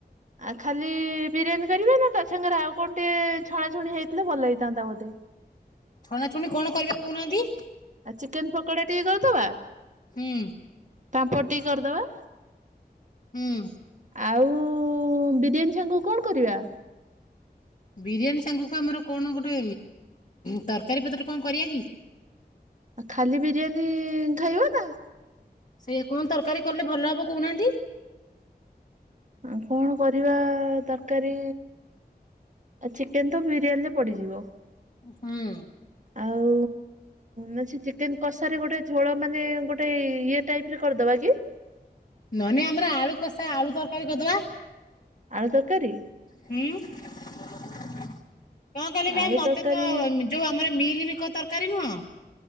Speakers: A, on the right; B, on the left.
A: ଆ ଖାଲି ବିରିୟାନୀ କରିବା ନା ତା ସାଙ୍ଗରେ ଆଉ କଣ ଟିକେ ଛଣା ଛୁଣି ହେଇଥିଲେ ଭଲ ହେଇଥାନ୍ତା ବୋଧେ?
B: ଛଣାଛୁଣି କଣ କରିବା ର କୋହୁ ନାହାନ୍ତି?
A: ଆଉ ଚିକେନ୍ ପକୋଡା ଟିକେ କରିଦବା।
B: ହୁଁ
A: ପାମ୍ପଡ଼ ଟିକେ କରିଦବା।
B: ହୁଁ।
A: ଆଉ ବିରିୟାନୀ ସାଙ୍ଗକୁ କଣ କରିବା?
B: ବିରିୟାନୀ ସାଙ୍ଗକୁ ଆମର କଣ ଗୋଟେ ତରକାରୀ ପତ୍ର କଣ କରିବା କି?
A: ଆ ଖାଲି ବିରିୟାନୀ ଖାଇବ ନା?
B: ସେ କଣ ତରକାରୀ କଲେ ଭଲ ହବ କହୁନାହାନ୍ତି?
A: ଉଁ କଣ କରିବା ତରକାରୀ। ଆଉ ଚିକେନ ତ ବିରିୟାନୀରେ ପଡିଯିବ।
B: ହୁଁ।
A: ଆଉ ନା ସେ ଚିକେନ କଷା ରେ ଗୋଟେ ଝୋଳ ମାନେ ଗୋଟେ ଇଏ ଟାଇପ ର କରିଦବା କି।
B: ନ ନାଇ ଆମର ଆଳୁ କଷା ଆଳୁ ତରକାରୀ କରିଦବା।
A: ଆଳୁ ତରକାରୀ।
B: ହୁଁ କଣ କହିଲେ ମ୍ୟାମ
A: ଆଳୁ
B: ମତେ
A: ତରକାରୀ
B: ତ। ଯୋଉ ଆମର ମିଲମିକର ତରକାରୀ ନୁହଁ।